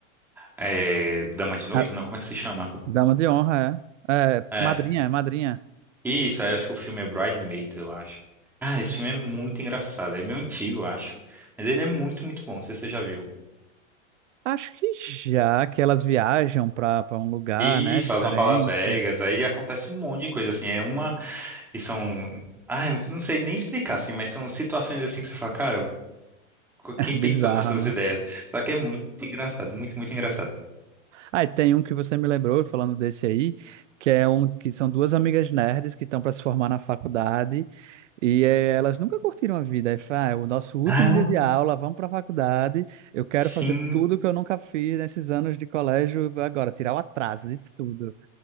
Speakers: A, in the centre; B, on the right (about 65°).
A: é, dama de noiva,
B: A
A: não? Como é que se chama?
B: Dama de Honra, é. É,
A: É.
B: Madrinha, é Madrinha.
A: Isso, aí eu acho que o filme é Bridesmaids, eu acho. Cara, esse filme é muito engraçado. É meio antigo, eu acho. Mas ele é muito, muito bom. Não sei se você já viu.
B: Acho que já que elas viajam para para um lugar,
A: Isso,
B: né, diferente.
A: elas vão pra Las Vegas, aí acontece um monte de coisa assim. É uma. E são. Ah, não sei nem explicar, assim, mas são situações assim que você fala, cara. quem pensou
B: Bizarro,
A: nessas
B: né?
A: ideias. Só que é muito engraçado, muito, muito engraçado.
B: Ah, e tem um que você me lembrou, falando desse aí, que é um que são duas amigas nerds que estão para se formar na faculdade e eh, elas nunca curtiram a vida. Aí fala, ah, é o nosso último
A: Ah,
B: dia de aula, vamos para a faculdade. Eu quero
A: sim,
B: fazer tudo que eu nunca fiz nesses anos de colégio agora, tirar o atraso de tudo.